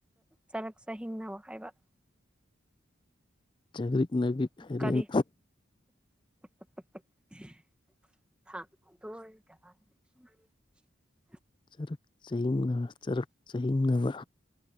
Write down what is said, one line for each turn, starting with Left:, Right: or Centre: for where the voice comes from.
Centre: ꯆꯔꯛ ꯆꯥꯍꯤꯡꯅꯕꯥ ꯍꯥꯏꯕ
Left: ꯆꯥꯒꯔꯤꯛ ꯅꯔꯤꯛ ꯍꯩꯔꯦꯟ
Centre: ꯀꯔꯤ <inaudible>
Left: ꯆꯔꯛ ꯆꯤꯡꯅꯕ ꯆꯔꯛ ꯆꯍꯤꯡꯅꯕ